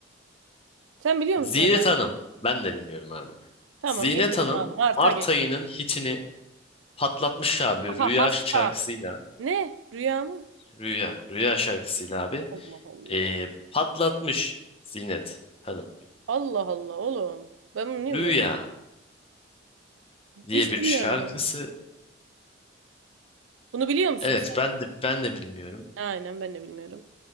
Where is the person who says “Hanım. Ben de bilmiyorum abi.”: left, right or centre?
Left